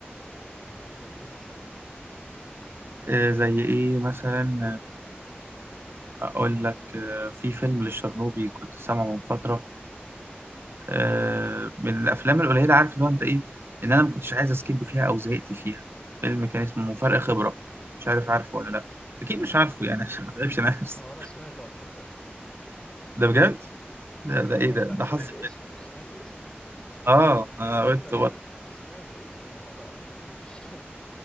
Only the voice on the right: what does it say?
آه، زي ايه مثلا آه، اقول لك آه، في فيلم للشرنوبي كنت سامعه من فترة آه، من الافلام القليلة عارف اللي هو انت ايه ان انا ما كنتش عايز اسكيب فيها او زهقت فيها فيلم
كان اسمه مفارق خبرة مش عارف عارفه ولا لا اكيد مش
عارفه يعني عشان ما تعبش نفسي
ده بجد ده ده
ايه ده
ده
حظ
حلو.
اه انا
قلت
برضه